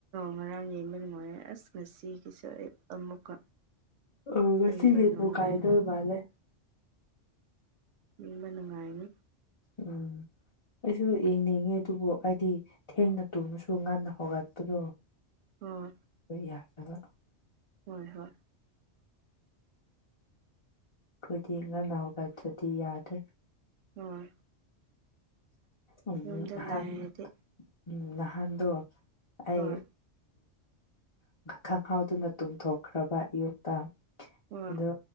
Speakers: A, on the right; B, on the left.
A: ꯉꯔꯥꯡ ꯌꯦꯡꯕ ꯅꯨꯡꯉꯥꯏꯔꯦ ꯑꯁ ꯉꯁꯤꯒꯤꯁꯨ ꯑꯩ ꯑꯃꯨꯛꯀ
B: ꯑꯣ ꯉꯁꯤꯒꯤꯗꯣ
A: ꯌꯦꯡꯕ ꯅꯨꯡꯉꯥꯏꯅꯤ
B: ꯀꯥꯏꯗꯧ ꯃꯥꯂꯦ
A: ꯅꯤꯡꯕ ꯅꯨꯡꯉꯥꯏꯅꯤ
B: ꯎꯝ ꯑꯩꯁꯨ ꯌꯦꯡꯅꯤꯡꯉꯦ ꯑꯗꯨꯕꯨ ꯍꯥꯏꯗꯤ ꯊꯦꯡꯅ ꯇꯨꯝꯃꯁꯨ ꯉꯟꯅ ꯍꯧꯒꯠꯄꯗꯣ
A: ꯑꯣ
B: ꯈꯣꯏ ꯌꯥꯗꯕ
A: ꯍꯣꯏ ꯍꯣꯏ
B: ꯈꯣꯏꯗꯤ ꯉꯟꯅꯥ ꯍꯧꯒꯠ ꯇꯔꯥꯗꯤ ꯌꯥꯗꯦ
A: <unintelligible>
B: ꯎꯝ
A: ꯌꯨꯝꯗ
B: ꯅꯍꯥꯟ
A: ꯂꯩꯔꯗꯤ
B: ꯎꯝ ꯅꯍꯥꯟꯗꯨ ꯑꯩ
A: ꯍꯣꯏ
B: ꯈꯪꯍꯥꯎꯗꯨꯅ ꯇꯨꯝꯊꯣꯛꯈ꯭ꯔꯕ ꯑꯌꯨꯛꯇ
A: ꯍꯣꯏ
B: ꯑꯗꯣ